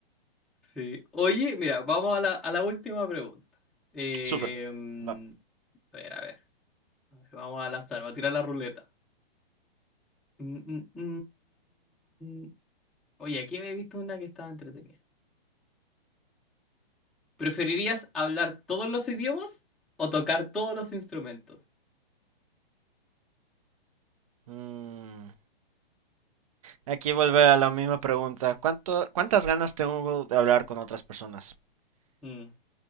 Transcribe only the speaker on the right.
<laughs> Super,
va.
Mm, Aquí vuelve a la misma pregunta, ¿cuánto, cuántas ganas tengo de hablar con otras personas?